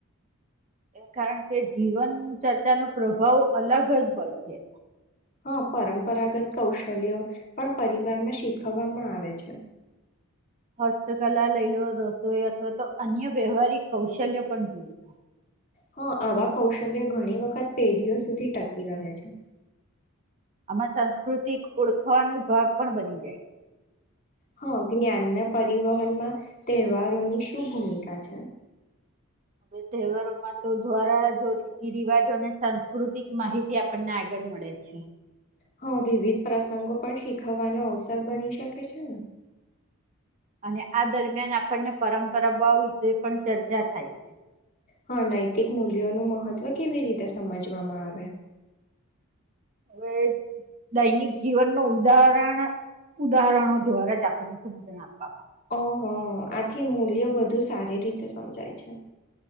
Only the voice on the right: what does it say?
એ કારણ કે જીવન ચર્ચાનો પ્રભાવ અલગ જ હોય છે.
હસ્તકલા લઈ લો રસોઈ અથવા તો અન્ય વ્યવહારિક કૌશલ્ય પણ જોઈ લો.
આમાં સાંસ્કૃતિક ઓળખાવાનો ભાગ પણ બની જાય છે.
હવે તહેવારોમાં તો દ્વારા જો રીતિ રિવાજો અને સાંસ્કૃતિક માહિતી આપણને આગળ મળે છે.
અને આ દરમિયાન આપણને પરંપરાઓ વિશે પણ ચર્ચા થાય છે.
હવે દૈનિક જીવનનું ઉદાહરણ ઉદાહરણો દ્વારા જ આપણને સમજણ આપવામાં